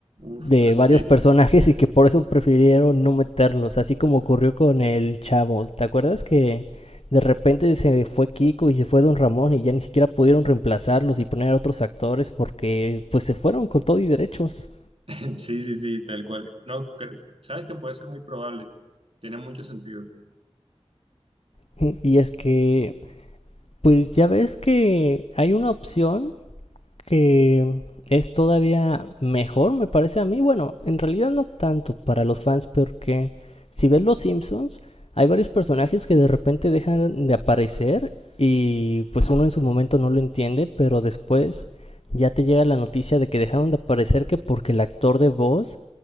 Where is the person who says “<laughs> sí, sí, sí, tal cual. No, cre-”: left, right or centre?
Right